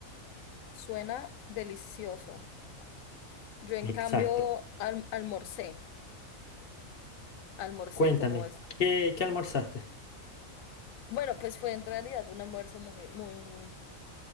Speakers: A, on the left; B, on the left.
A: suena delicioso. Yo en cambio
B: Exacto.
A: alm- almorcé, almorcé
B: Cuéntame,
A: como esta.
B: ¿qué, qué almorzaste?
A: Bueno, pues fue en realidad un almuerzo muy, muy,